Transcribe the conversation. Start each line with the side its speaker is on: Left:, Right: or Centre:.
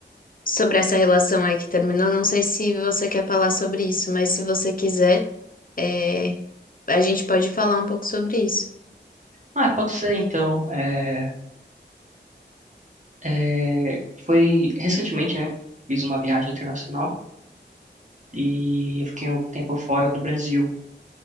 Left: sobre essa relação aí que terminou, não sei se você quer falar sobre isso, mas se você quiser, é, a gente pode falar um pouco sobre isso.
Right: Ah, pode ser então. É, é, foi recentemente, né? Fiz uma viagem internacional e eu fiquei um tempo fora do Brasil.